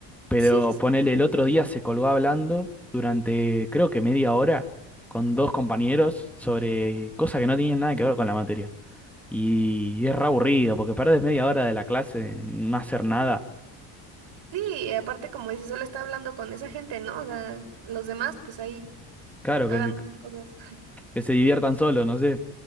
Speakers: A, in the centre; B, on the right (about 55°).
A: Pero
B: Sí, sí, sí,
A: ponele, el otro día se colgó hablando durante creo que media hora con dos compañeros sobre cosas que no tenían nada que ver con la materia. Y es re aburrido porque perdés media hora de la clase en no hacer nada.
B: sí, y aparte como dices, solo está hablando con esa gente, ¿no? O sea, los demás, pues ahí,
A: Claro,
B: hagan
A: que, se-
B: otras cosas.
A: que se diviertan solos, no sé.